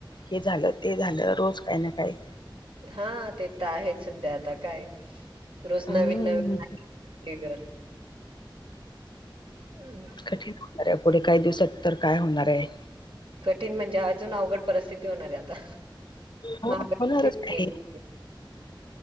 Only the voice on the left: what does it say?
हे झाल. ते झाल. रोज काही ना काही
हम्म
कठीण होणार आहे. पुढे काही दिवसात तर काय होणार आहे.
हो
होणारच
आहे